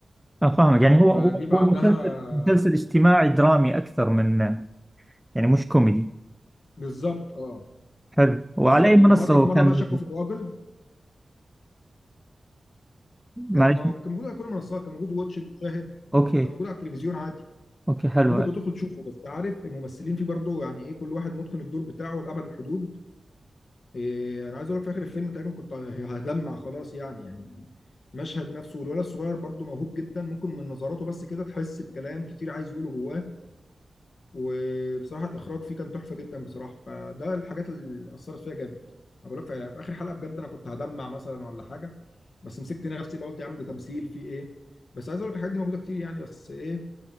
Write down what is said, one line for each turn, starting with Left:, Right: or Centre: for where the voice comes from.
Centre: آه، فاهمك يعني هو
Left: فجه
Centre: هو
Left: بعدها
Centre: هو مسلسل مسلسل اجتماعي درامي أكثر من يعني مش كوميدي
Left: بالظبط اه
Centre: حلو
Left: بالظبط
Centre: وعلى أي منصة
Left: فمره
Centre: هو
Left: في مره
Centre: كان
Left: بقى
Centre: موجود
Left: شكوا في الراجل
Centre: معلش
Left: كان كان موجود على كل المنصات كان موجود واتش إت وشاهد
Centre: أوكي
Left: كان موجود على التلفزيون عادي
Centre: أوكي حلو
Left: ممكن تبقى تدخل تشوفه بس عارف الممثلين فيه برضه يعني ايه كل واحد متقن الدور بتاعه لأبعد الحدود إيه انا عايز اقول لك في اخر الفيلم تقريبا كنت هدمع خلاص يعني يعني المشهد نفسه والولد الصغير برضه موهوب جدا ممكن من نظراته بس كده تحس بكلام كتير عايز يقوله جواه وبصراحة الإخراج فيه كان تحفة جدا بصراحة فده الحاجات اللي أثرت فيها جامد أنا بقول لك في في آخر حلقة بجد أنا كنت هدمع مثلا ولا حاجة بس مسكت نفسي بقى قلت يا عم ده تمثيل فيه إيه بس عايز أقول لك الحاجات دي موجودة كتير يعني بس إيه